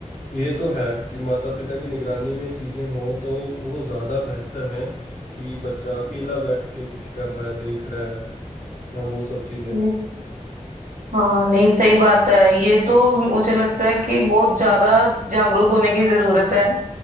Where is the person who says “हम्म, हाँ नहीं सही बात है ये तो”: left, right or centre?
Right